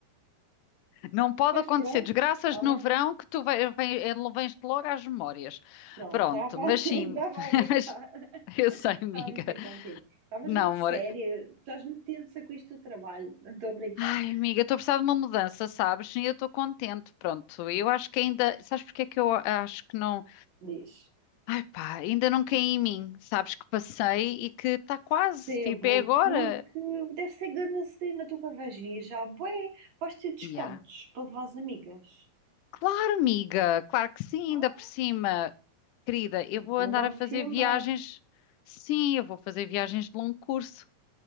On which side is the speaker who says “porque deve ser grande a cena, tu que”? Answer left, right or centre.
Right